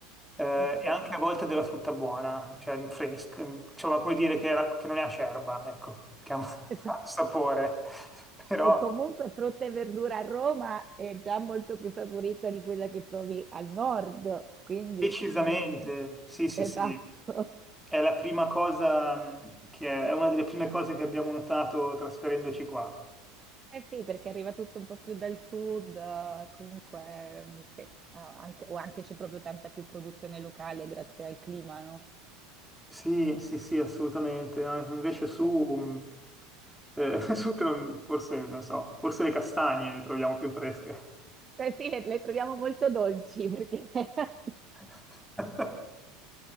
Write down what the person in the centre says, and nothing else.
eh,
e anche a volte della frutta buona, cioè fresca, insomma, puoi dire che, era- che non è acerba, ecco, che ha un <laughs>
ha un sapore, però
decisamente,
sì, sì,
sì, è la prima cosa mm, che è è una delle prime cose che abbiamo notato trasferendoci qua.
Sì, sì, sì, assolutamente. Ah, Invece su,
eh, <laughs> su te non- forse, non so, forse le castagne le troviamo più fresche.
<laughs>